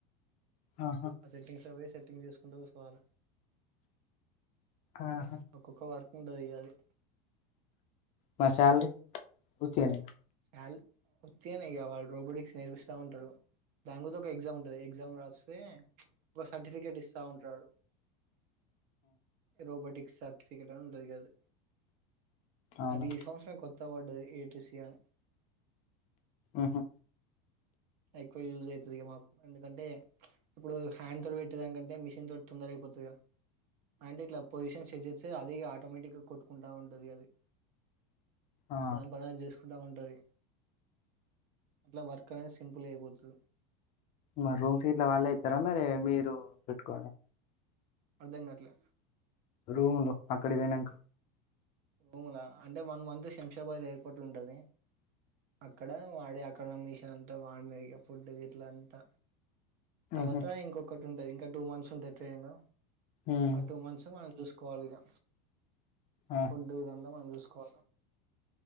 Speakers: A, on the left; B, on the right.
A: ఆహా
B: ఆ సెట్టింగ్స్ అవే సెట్టింగ్ చేసుకుంటా కూర్చోవాల
A: ఆహా
B: ఒక్కొక్క వర్క్ ఉంటది గ గాది
A: మా శాలరీ ఉత్తిగానేనా
B: శాలరీ ఉత్తిగానే ఇక వాళ్ళు రోబోటిక్స్ నేర్పిస్తా ఉంటారు దాని మీద ఒక ఎగ్జామ్ ఉంటుంది ఎగ్జామ్ రాస్తే ఒక సర్టిఫికెట్ ఇస్తా ఉంటాడు రోబోటిక్ సర్టిఫికెట్ ఉంటది గది
A: అవునా
B: అది ఈ సంవత్సరమే కొత్త కొత్తది పడ్డది ఏటిసి అని
A: ఉహు
B: ఎక్కువ యూజ్ అయితది ఇక మాకు ఎందుకంటే ఇప్పుడు హ్యాండ్ తోటి పెట్టేదానికంటే మిషన్ తోటి తొందర అయిపోతది గా అంటే ఇట్లా పోజిషన్ సెట్ట్ చే చే అదే ఇక ఆటోమేటిక్ గా కొట్టుకుంటా ఉంటుది దిగది
A: ఆ
B: దాని పని అది చేసుకు దావా ఉంటదది అట్లా వర్క్ అనేది సింపుల్ గా అయిపోతు
A: మరి రూమ్ సీట్లు వాళ్ళే ఇస్తారా మరి మీరు పెట్టుకోవాలా
B: అర్ధం కాటలే
A: రూమ్ లో అక్కడ పోయినాంక
B: రూము ల అంటే వన్ మంత్ షె షంషాబాద్ ఎయిర్పోర్ట్ ఉంటుది అక్కడ వాడి అకానమిషన్ అంతా వాడిన ఫుడ్ ఇట్ల అంతా తర్వాత
A: ఉహు
B: ఇంకొక్కటి ఉంటది ఇంకా టూ మంత్స్ ఉంటాయి ట్రైనింగ్
A: ఉమ్
B: ఆటు మంచం వాన్ని చూస్కో ఖాళిగా
A: ఆ
B: ఫుడ్ ఇదంతా మనం చూసుకో కోసం